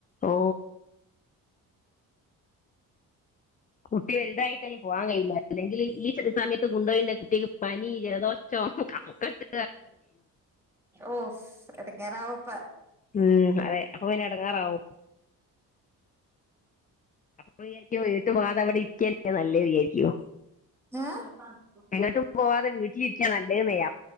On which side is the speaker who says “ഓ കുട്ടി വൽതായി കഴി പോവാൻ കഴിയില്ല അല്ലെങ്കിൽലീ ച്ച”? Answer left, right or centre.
Left